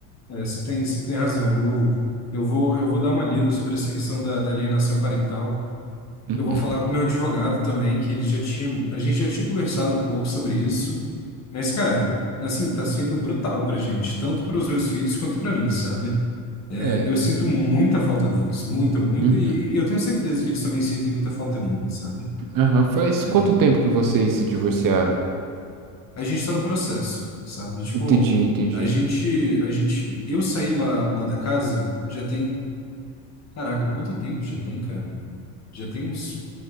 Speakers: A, on the left; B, on the right.
A: É, você tem, você tem razão. Eu, eu vou, eu vou dar uma lida sobre essa questão da, da alienação parental.
B: Uhum.
A: Eu vou falar com o meu advogado também, que ele já tinha, a gente já tinha conversado um pouco sobre isso. Mas, cara, assim, tá sendo brutal pra gente, tanto para os meus filhos quanto pra mim, sabe? É,
B: É.
A: eu sinto muita falta deles, muita, muita,
B: Uhum.
A: e, e eu tenho certeza que eles também sentem muita falta minha, sabe?
B: Aham. Faz
A: É,
B: quanto tempo que vocês se divorciaram?
A: a gente está no processo, sabe? Tipo,
B: Entendi, entendi.
A: a gente, a gente, eu saí lá, lá da casa já tem, caraca, quanto tempo já tem, cara? Já tem uns,